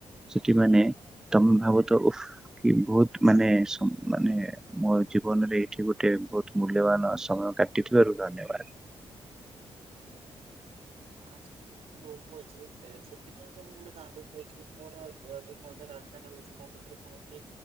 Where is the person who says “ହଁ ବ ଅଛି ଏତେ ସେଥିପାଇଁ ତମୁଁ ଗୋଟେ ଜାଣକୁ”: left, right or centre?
Right